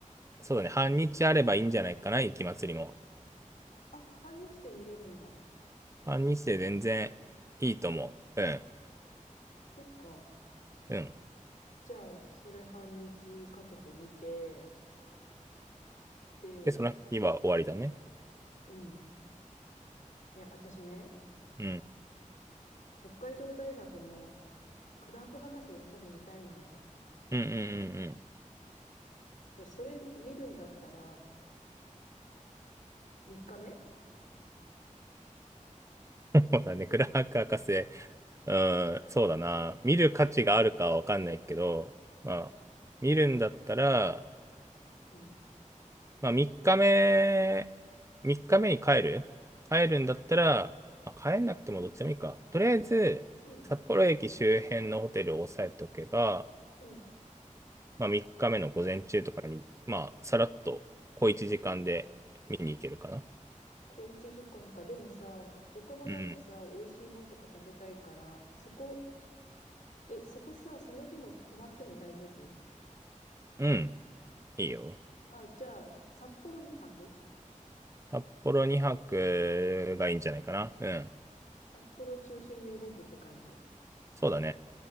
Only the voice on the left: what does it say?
あ、半日で見れるんだ。
そっか。
じゃあ、それ半日かけて見て、で、
うん。ね、私ね、
北海道大学のクラーク博士やっぱり見たいのね。
でそれ見るんだったら、3日目
うん。
うん。
うん。
小1時間かんか。でもさ、他もなんかさ、
美味しいもんとか食べたいから、そこ、え、そこさ、その日も泊まっても大丈夫
あ、じゃあ、札幌2泊
札幌中心に動くって感じ